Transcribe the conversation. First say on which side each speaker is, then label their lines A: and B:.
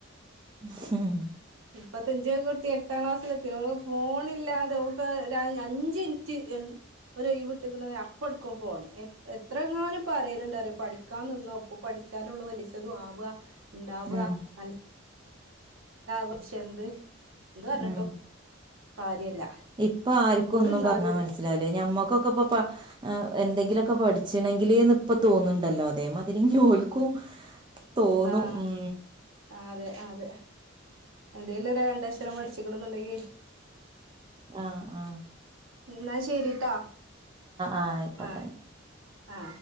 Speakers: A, on the right (about 25°); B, on the right (about 80°).
A: ഹം
B: ഇപ്പത്തഞ്ച കുട്ടി എട്ടാം ക്ലാസ്സൽ എത്തില്ല ഫോണില്ലാതെ അഞ്ച മിനിറ്റ് ഒഴ വട്ട അപ്പ എടുക്കും ഫോൺ എ എത്രങ്ങാനും പറയലുണ്ട അറിയ പഠിക്കാ നിന്ന ഒപ്പ പഠിച്ചാലുള്ള വലിച്ചതുും ആവുക ഉണ്ടാവുക
A: ഉം
B: മന പക്ഷെ എന്ത് എന്ത് പറഞ്ഞിട്ടോ
A: ഉം
B: കാര്യല്ല
A: ഇപ്പൊ ആർക്കും
B: ഓല്ന്നാലും
A: ഒന്നും പറഞ്ഞാ
B: ഇട്ക്കും
A: മനസ്സിലാവില്ലേ ഞമ്മക്കൊക്കെ ഇപ്പൊ എന്തെങ്കിലുമൊക്കെ പഠിച്ചുണെങ്കിൽന്ന് ഇപ്പൊ തോന്നുന്നുണ്ടല്ലോ അതേമാതിരി ും തോന്നു
B: ആഹ്
A: ഉം
B: അതെ അതെ എന്തേലും രണ്ടക്ഷരം പഠിച്ചിക്കടുന്നുണ്ടെങ്കി
A: ആ ആ
B: എന്നാൽ ശരിട്ടോ
A: ആഹ് ആയിക്കോട്ടെ
B: ആ ആ